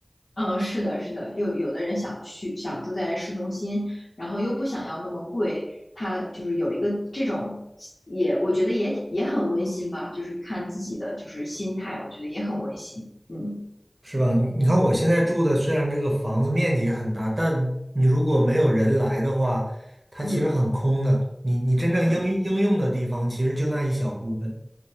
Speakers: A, on the left; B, on the right.
A: 嗯，是的，是的，有有的人想去想住在市中心，然后又不想要那么贵，他就是有一个这种也，我觉得也也很温馨吧，就是看自己的就是心态，我觉得也很温馨。嗯
B: 是吧？你你看我现在住的，虽然这个房子面积很大，但你如果没有人来的话，它其实很空的。
A: 嗯
B: 你你真正应应用的地方，
A: 嗯。
B: 其实就那一小部分。